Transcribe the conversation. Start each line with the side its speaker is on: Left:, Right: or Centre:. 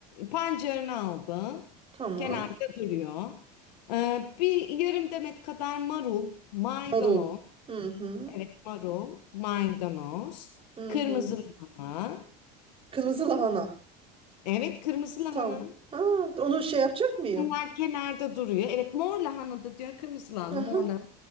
Left: pancarını aldın.
Right: Tamam.
Left: Kenarda duruyor. Ee, bir yarım demet kadar marul, maydanoz.
Right: Marul. Hı hı.
Left: Evet marul, maydanoz.
Right: Hı
Left: Kırmızı
Right: hı.
Left: lahana.
Right: Kırmızı lahana.
Left: Evet kırmızı lahana.
Right: Tamam. Ha, onu şey yapacak mıyım?
Left: Bunlar kenarda duruyor. Evet mor lahana da diyor kırmızı lahana
Right: Hı hı.
Left: mor lahana.